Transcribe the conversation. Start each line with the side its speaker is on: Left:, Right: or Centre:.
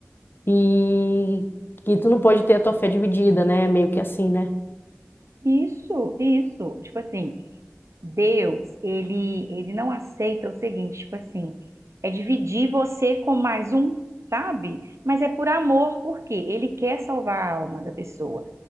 Left: e que tu não pode ter a tua fé dividida, né? Meio que assim, né?
Right: Isso, isso. Tipo assim, Deus, ele, ele não aceita o seguinte, tipo assim, é dividir você com mais um, sabe? Mas é por amor, porque ele quer salvar a alma da pessoa.